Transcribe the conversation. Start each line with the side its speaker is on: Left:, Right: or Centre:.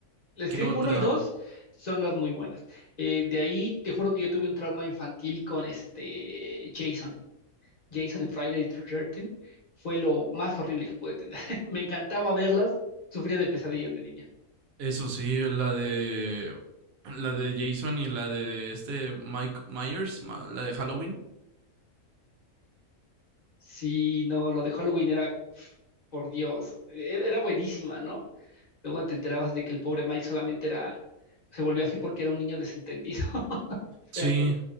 Left: La
Right: ¿Qué
Left: Scream
Right: otra?
Left: uno y 2 son las muy buenas. Eh, de ahí te juro que yo tuve un trauma infantil con este Jason. Jason en Friday the 13 fue lo más horrible que pude tener. <laughs> Me encantaba verlas, sufría de pesadillas de niña.
Right: Eso sí, la de. La de Jason y la de este Mike Myers, ma- la de Halloween.
Left: Sí, no, lo de Halloween era, pf, por Dios, era, era buenísima, ¿no? Luego te enterabas de que el pobre Mike solamente era, se volvió así porque era un niño desentendido. <laughs> Fue
Right: Sí.